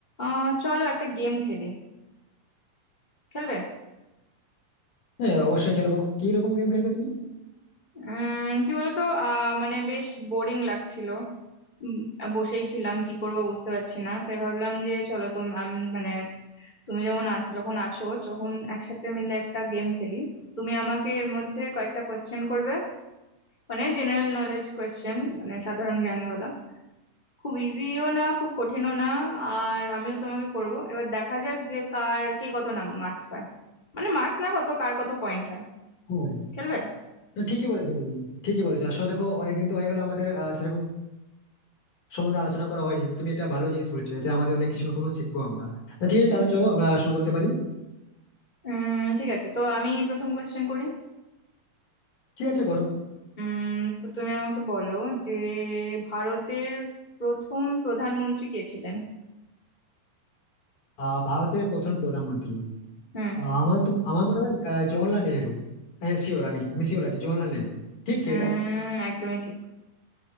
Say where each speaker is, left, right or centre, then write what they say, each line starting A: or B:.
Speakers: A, on the left; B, on the left.
A: আহ চলো একটা গেম খেলি খেলবে
B: হ্যাঁ অবশ্যই খেলবো কি রকম গেম খেলবে তুমি
A: উম কি বলতো আহ মানে বেশ বোরিং লাগছিল উম, বসেই ছিলাম কি করব বুঝতে পারছি না তাই ভাবলাম যে চলো তুমি আমি মানে তুমি যেমন আ- যখন আছো যখন একসাথে মিলে একটা গেম খেলি তুমি আমাকে এর মধ্যে কয়েকটা কোয়েশ্চেন করবে মানে জেনারেল নলেজ কোয়েশ্চেন মানে সাধারণ জ্ঞানওয়ালা খুব ইজিও না খুব কঠিনও না আর আমিও তোমাকে করব এবার দেখা যাক যে কার কে কত নাম মার্কস পায় মানে মার্কস না কত কার কত পয়েন্ট হয়
B: হ্যাঁ
A: খেলবে
B: না, ঠিকই বলেছো তুমি ঠিকই বলেছো আসলে দেখো অনেকদিন তো হয়ে গেলো আমাদের আহ, সেরকম সম্বন্ধে আলোচনা করা হয়নি তো তুমি একটা ভালো জিনিস বলেছো এতে আমাদের অনেক কিছু নতুন শিখবো আমরা তা ঠিক আছে তাহলে চলো আমরা শুরু করতে পারি
A: উম ঠিক আছে তো আমি প্রথম কোয়েশ্চেন করি
B: ঠিক আছে করো
A: উম তো তুমি আমাকে বলো যে ভারতের প্রথম প্রধানমন্ত্রী কে ছিলেন
B: আহ ভারতের প্রথম প্রধানমন্ত্রী
A: হুম
B: আহ, আমার তো আমার মনে হয় আহ, জওহরলাল নেহেরু হ্যাঁ শিওর আমি আমি শিওর আছি জওহরলাল নেহেরু ঠিক কি
A: উম
B: এটা
A: একদমই ঠিক